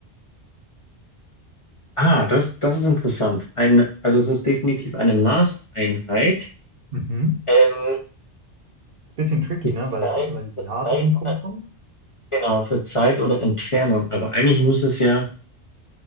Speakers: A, on the left (about 35°); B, on the right (about 60°).
A: ah, das, das ist interessant. Ein, also es ist definitiv eine Maßeinheit
B: Mhm.
A: ähm,
B: Ist ein bisschen tricky,
A: für
B: ne?
A: Zeit,
B: Weil, weil
A: für
B: Jahr
A: Zeit
B: drin
A: oder,
B: vorkommt.
A: genau, für Zeit oder Entfernung. Aber eigentlich muss es ja